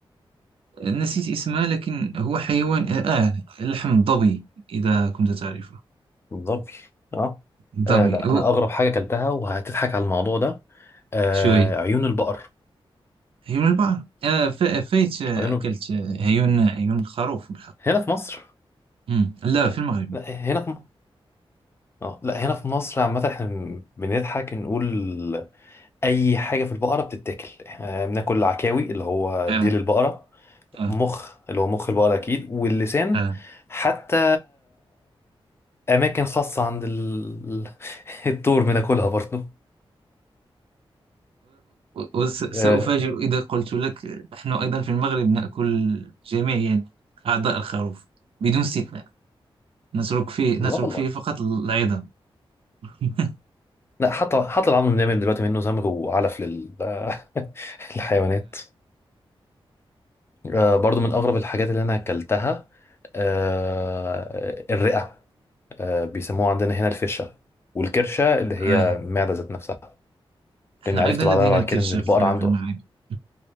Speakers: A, on the right; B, on the left.
A: نسيت اسمها لكن هو حيوان آه لحم الظبي إذا كنت تعرفه
B: الظبي اه
A: الظبي
B: آه لا
A: هو
B: انا اغرب حاجه اكلتها وهتضحك على الموضوع ده آه
A: شوي
B: عيون البقر
A: عيون البحر آه ف... فايت آه،
B: عيون
A: أكلت
B: الب-
A: آه، عيون عيون الخروف بالحق
B: هنا في مصر
A: مم. لا في المغرب
B: لا هنا في م- اه لا هنا في مصر عامه احنا بنضحك نقول اي حاجه في البقره بتتاكل احنا بناكل عكاوي اللي هو
A: آه
B: ديل البقره
A: آه
B: مخ اللي هو مخ البقره اكيد واللسان
A: آه
B: حتى اماكن خاصه عند ال... <laughs> الطور بناكلها برضه
A: وسأفاجئ
B: آه،
A: إذا قلت لك نحن أيضا في المغرب نأكل جميع يعني أعضاء الخروف بدون استثناء نترك فيه نترك
B: لا والله
A: فيه فقط العظام <laughs>
B: لا حتى حتى العظم بنعمل دلوقتي منه زمر وعلف لل... <laughs> للحيوانات آه، برضو من اغرب الحاجات اللي انا اكلتها آه، الرئه آه، بيسموها عندنا هنا الفشه والكرشه اللي هي
A: آه
B: المعده ذات نفسها
A: إحنا
B: لأني عرفت
A: أيضا لدينا
B: بعدها بعد
A: الكرش
B: كده إن البقر
A: في
B: عنده
A: في المعركة